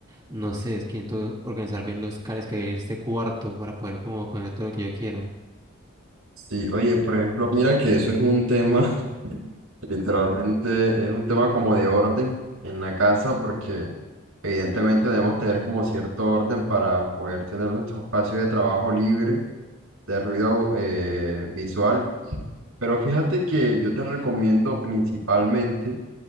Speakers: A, on the right (about 20°); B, on the right (about 85°).
A: no sé, es que necesito organizar bien los cables que hay en este cuarto para poder como poner todo lo que yo quiero.
B: Sí, oye, por ejemplo, mira que eso es un tema, <laughs> literalmente es un tema como de orden en la casa porque evidentemente debemos tener como cierto orden para poder tener nuestro espacio de trabajo libre de ruido eh, visual. Pero fíjate que yo te recomiendo principalmente